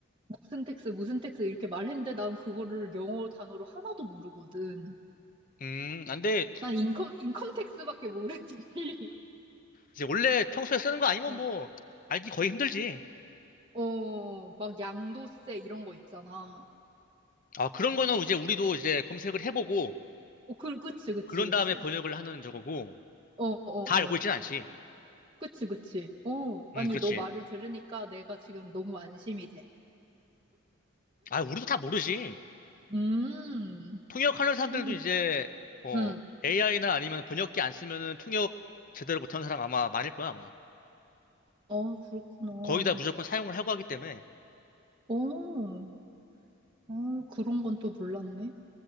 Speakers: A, on the right; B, on the left.
A: 무슨 텍스, 무슨 텍스 이렇게 말했는데 난 그거를 영어 단어로 하나도 모르거든.
B: 음 안돼
A: 난 인컴, 인컴 텍스밖에 모르지. <laughs>
B: 이제 원래 평소에 쓰는 거 아니면
A: 어,
B: 뭐 알기 거의 힘들지
A: 어, 막 양도세 이런 거 있잖아.
B: 아 그런 거는 이제 우리도 이제 검색을 해보고
A: 어, 어, 그, 그치, 그치,
B: 그런
A: 그치.
B: 다음에 번역을 하는 저거고
A: 어, 어,
B: 다 알고
A: 어.
B: 있진 않지
A: 그치, 그치. 어, 아니,
B: 음 그렇지
A: 너 말을 들으니까 내가 지금 너무 안심이 돼.
B: 아 우리도 다 모르지
A: 음,
B: 통역하는 사람들도
A: 음,
B: 이제 어
A: 음.
B: AI나 아니면 번역기 안 쓰면은 통역 제대로 못하는 사람 아마 많을 거야 아마
A: 어, 그렇구나.
B: 거의 다 무조건 사용을 하고 하기 때문에
A: 어, 어, 그런 건 또 몰랐네.